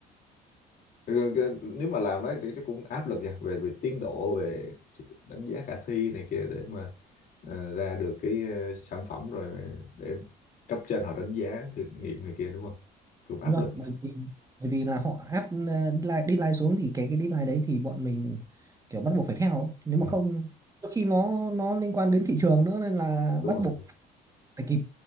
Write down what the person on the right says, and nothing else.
đúng rồi
bởi vì bởi vì là họ áp ờ, deadline, deadline xuống thì cái cái deadline đấy thì bọn mình kiểu bắt buộc phải theo ấy. nếu
mà không đôi khi nó nó liên quan đến thị trường nữa nên là
bắt
buộc phải kịp